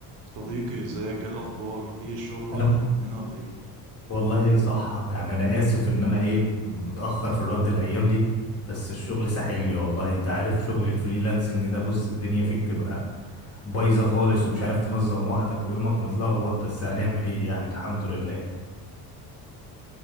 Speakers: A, on the right; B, on the left.
A: صديقي ازيك ايه الاخبار ايه الشغل واخدك
B: انا
A: مننا ولا ايه
B: والله صح يعني انا اسف ان انا ايه متاخر في الرد الايام دي بس الشغل ساحلني والله انت عارف شغل الفريلانسنج ده بص الدنيا فيه بتبقى بايظه خالص ومش عارف تنظم وقتك ويومك متلخبط بس هنعمل ايه يعني الحمد لله